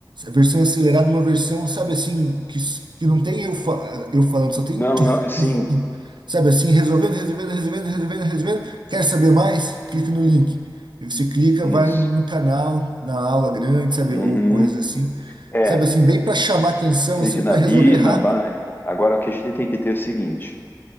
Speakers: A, on the right; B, on the left.
A: A versão acelerada, é uma versão, sabe assim, que, que não tem eu, fa- eu falando, só tem
B: Não,
A: tu,
B: não, sim.
A: tu, tu. sabe assim, resolvendo, resolvendo, resolvendo, resolvendo, resolvendo. Quer saber mais? Clique no link. Aí Você clica,
B: Isso.
A: vai no canal, na aula grande, sabe,
B: Uhum.
A: ou coisas assim.
B: É,
A: Sabe assim, bem para chamar atenção,
B: clique
A: assim,
B: na
A: para
B: bi,
A: resolver rápido.
B: na ba. Agora o que a gente tem que ter é o seguinte,